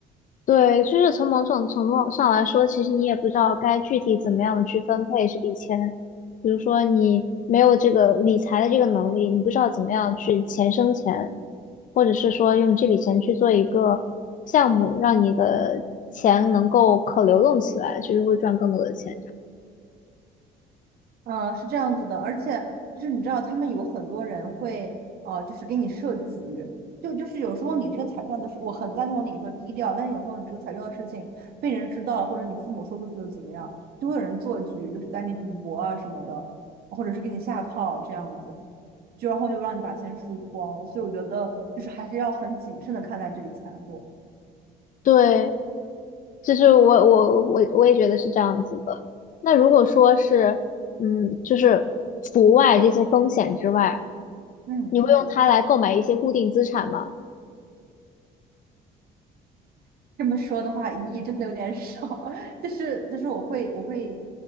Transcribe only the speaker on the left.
对，就是从某种程度上来说，其实你也不知道该具体怎么样的去分配这笔钱。比如说，你没有这个理财的这个能力，你不知道怎么样去钱生钱，或者是说用这笔钱去做一个项目，让你的钱能够可流动起来，就是会赚更多的钱。
对，就是我我我我也觉得是这样子的。那如果说是，嗯，就是除外这些风险之外。
你会用它来购买一些固定资产吗？